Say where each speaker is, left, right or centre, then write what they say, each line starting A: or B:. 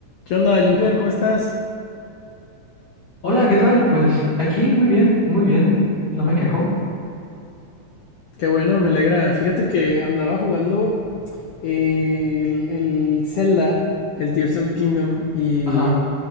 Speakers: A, on the left; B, on the left.
A: ¿Qué onda, Jean-Pierre? ¿Cómo estás?
B: Hola, ¿qué tal? Pues aquí muy bien, muy bien, no me quejo.
A: Qué bueno, me alegra. Fíjate que andaba jugando eh, el, el Zelda, el Tears of the Kingdom, y
B: Ajá,